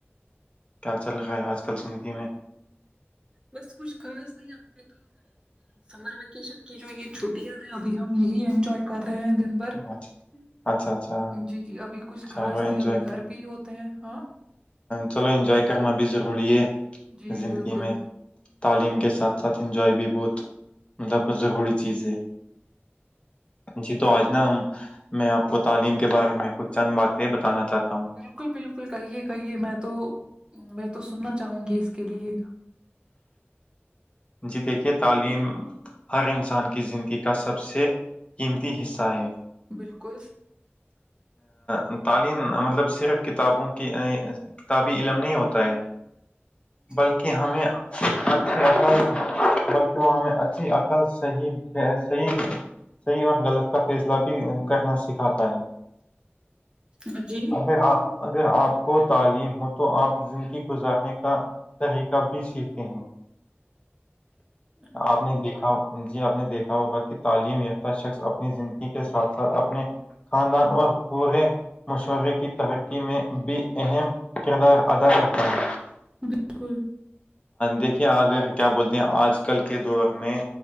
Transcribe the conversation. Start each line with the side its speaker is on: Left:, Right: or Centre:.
Left: کیا چل رہا ہے آج کل زندگی میں
Right: بس کچھ خاص نہیں آ نے تو سمر ویکیشن کی جو یہ چھٹیاں ہیں ابھی ہم یہی انجوائے کر رہے ہیں دن بھر
Left: اچھا اچھا اچھا
Right: جی جی ابھی کچھ
Left: چلو
Right: خاص
Left: انجوائے
Right: نہیں ابھی گھر پہ ہی ہوتے ہیں ہاں
Left: چلو انجوائے کرنا بھی ضروری ہے
Right: جی
Left: زندگی
Right: بالکل
Left: میں تعلیم کے ساتھ ساتھ انجوائے بھی بہت مطلب ضروری چیز ہے جی تو آج نا میں آپ کو تعلیم کے بارے میں کچھ چند باتیں بتانا چاہتا ہوں
Right: بالکل بالکل کہیے کہیے میں تو میں تو سننا چاہوں گی اس کے لیے
Left: جی دیکھیے تعلیم ہر انسان کی زندگی کا سب سے قیمتی حصہ ہے
Right: بالکل
Left: ا تعلیم مطلب صرف کتابوں کی کتابی علم نہیں ہوتا ہے
Right: جی
Left: بلکہ ہمیں اچھی عقل ہے بلکہ وہ ہمیں اچھی عقل صحیح ہے صحی صحیح اور غلط کا فیصلہ بھی کرنا سکھاتا ہے
Right: ہ جی
Left: اگر اگر آپ کو تعلیم ہو تو آپ زندگی گزارنے کا طریقہ بھی سیکھتے ہیں
Right: <unintelligible>
Left: آپ نے دیکھا جی آپ نے دیکھا ہوگا کہ تعلیم یافتہ شخص اپنی زندگی کے ساتھ ساتھ اپنے خاندان اور پورے مشورے کی ترقی میں بھی اہم کردار ادا کرتا ہے
Right: بالکل
Left: دیکھیے آگے کیا بولتے ہیں آج کل کے دور میں